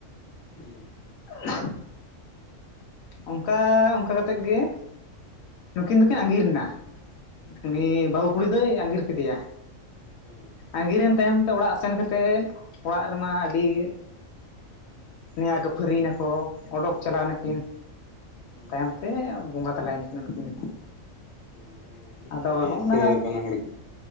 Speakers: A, on the left; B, on the left.
A: ᱦᱩᱸ,
B: <inaudible> ᱚᱱᱠᱟ ᱚᱱᱠᱟ ᱠᱟᱛᱮᱫ ᱜᱮ ᱱᱩᱠᱤᱱ ᱫᱚᱠᱤᱱ ᱟᱸᱜᱤᱨ ᱱᱟ᱾
A: ᱦᱮᱸ
B: ᱩᱱᱤ ᱵᱟᱹᱦᱩ ᱠᱩᱲᱤ ᱫᱚᱭ ᱟᱸᱜᱤᱨ ᱠᱮᱫᱮᱭᱟ
A: ᱦᱮᱸ
B: ᱟᱸᱜᱤᱨᱮᱱ ᱛᱟᱭᱚᱢ ᱛᱮ ᱚᱲᱟᱜ ᱥᱮᱱ ᱠᱟᱛᱮᱫ ᱚᱲᱟᱜ ᱨᱮᱢᱟ ᱟᱹᱰᱤ ᱱᱮᱭᱟ ᱠᱟᱹᱯᱷᱟᱹᱨᱤ ᱱᱟᱠᱚ ᱚᱰᱳᱠ ᱪᱟᱞᱟᱣ ᱱᱟᱹᱠᱤᱱ,
A: ᱦᱮᱸ
B: ᱛᱟᱭᱚᱢ ᱛᱮ ᱵᱚᱸᱜᱟ ᱛᱟᱞᱟᱭ ᱱᱟᱠᱤᱱ ᱩᱱᱠᱤᱱ ᱫᱚ᱾
A: ᱚᱸ ᱢᱟᱱᱮ ᱢᱤᱫ
B: ᱟᱫᱚ
A: ᱦᱚᱲ ᱜᱮ,
B: ᱱᱚᱜᱼᱚ
A: ᱥᱮ
B: ᱱᱟ
A: ᱵᱟᱱᱟ ᱦᱚᱲ ᱜᱮ?